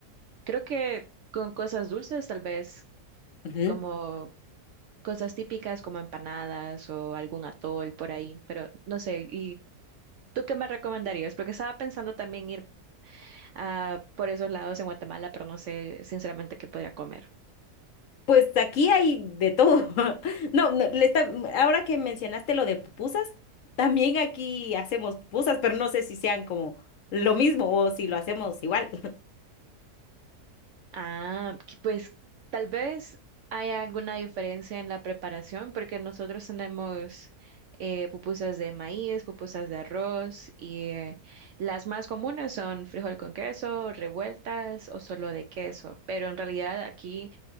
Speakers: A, on the right (about 70°); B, on the left (about 65°).
A: Creo que con cosas dulces, tal vez,
B: ujú.
A: como cosas típicas como empanadas o algún atol por ahí, pero no sé. ¿Y tú qué me recomendarías? Porque estaba pensando también ir ah, por esos lados en Guatemala, pero no sé sinceramente qué podría comer.
B: Pues aquí hay de todo. <laughs> No, no, le está- ahora que mencionaste lo de pupusas, también aquí hacemos pupusas, pero no sé si sean como lo mismo o si lo hacemos igual.
A: Ah, que pues tal vez hay alguna diferencia en la preparación, porque nosotros tenemos eh, pupusas de maíz, pupusas de arroz y eh, las más comunes son frijol con queso, revueltas o solo de queso. Pero en realidad aquí,